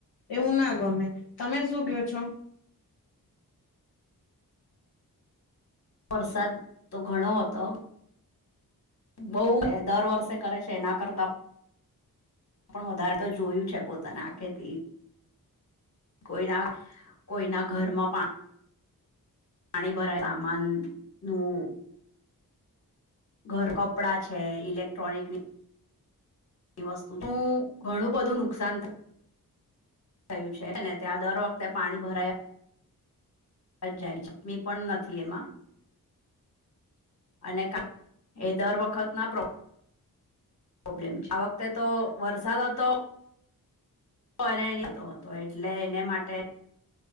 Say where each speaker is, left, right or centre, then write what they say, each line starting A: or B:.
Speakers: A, on the left; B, on the left.
A: એવું ના ગમે. તમે શું કયો છો?
B: વરસાદ તો ઘણો હતો. બઉ દર વર્ષે કરે છે એના કરતા પણ વધારે તો જોયું છે. પોતાના આંખે થી. કોઈના કોઈના ઘરમાં પાણી. પાણી ભરાય સામાન નું. ઘર-કપડાં છે ઇલેક્ટ્રોનિકની વસ્તુ ઘણું બધું નુકસાન થ થયું છે ને ત્યાં દર વખતે પાણી ભરાયા જાય ચટણી પણ નથી એમાં. અને <unintelligible> એ દર વખત ના. પ્રોબ્લેમ છે. આ વખતે તો વરસાદ હતો. ણીતો હતો એટલે એને માટે.